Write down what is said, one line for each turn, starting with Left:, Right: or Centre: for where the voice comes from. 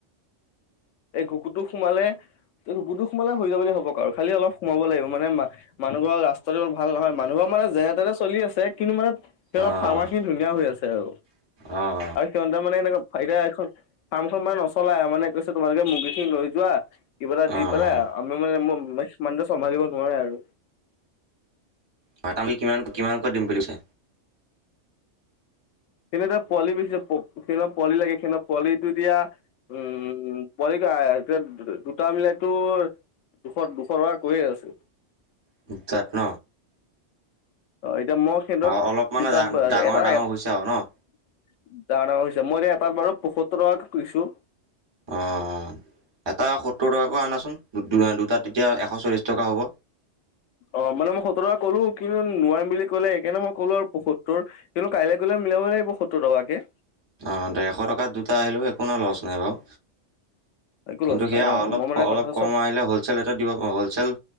Left: এই ঘুকুটো সোমালে ুতো সোমালে হৈ যাব বুলি হ'বক আৰু খি অলপ সোমাব লাগিব মানে মানুহ ঘৰ ৰাস্তাটো ভাল নহয় মানুহক মানে যেনে তেনে চলি আছে কিন্তু মানে সিলপ
Right: অ', অ',
Left: ফাৰ্মাখিনি ধুনীয়া হৈ আছে আৰু
Right: অ',
Left: আৰু সিহঁতে মানে এনেকুৱা এতিয়া এখন ফাৰ্ম খ মানে নচলা মানে কৈছে তোমালোকে মুৰ্গী খিনি লৈ যোৱা কিবা এটা দি
Right: অ', অ',
Left: পেলা আমি মানে সিমানটো চম্ভালিব নোৱাৰে আৰু
Right: হয় তামি কিমান কিমান ক দিম বুলি কৈছে
Left: সনেৰে পোৱালি বেছি সেই পোৱালি লাগে সেই পোৱালিটো এতিয়া উম পোৱালি এতিয়া দুটা মিলাইো দুশ দুশ টকা কৈয়ে আছো
Right: মুচাত ন
Left: অ এতিয়া মই সিহঁ ধৰক
Right: অ', অলপ মানে
Left: দুটাত
Right: ডাঙৰ
Left: এটা
Right: ডাঙৰ
Left: এ ডা-ডাঙৰ
Right: হৈছে আৰু ন অ'।
Left: হৈছে, মই এতিয়া এটাত বাৰু পয়সত্তৰ টকাকে কৰিছোঁ।
Right: অহ'। এটা সত্তৰ টকাকৈ আনাচোন, দুটাত তেতিয়া এশ চল্লিশ টকা হ'ব।
Left: অহ' মানে মই সত্তৰ কৰো কিন্তু নোৱাৰিম বুলি ক'লে সেইকাৰণে মই ক'লো আৰু পসত্তৰ, কিন্তু কাইলৈ ক'লে মিলাব লাগিব সত্তৰ টকাকে।
Right: অহ' ডেৰশ টকাত দুটা আহিলোঁ একো লছ নাই বাৰু।
Left: একো
Right: কিন্তু
Left: লছ নাই
Right: সেয়া
Left: অ
Right: অলপ
Left: মই মানে
Right: অলপ
Left: কথাটো
Right: কম
Left: চব
Right: আহিলে হলচেল ৰেটত দিব অহ, হলচেল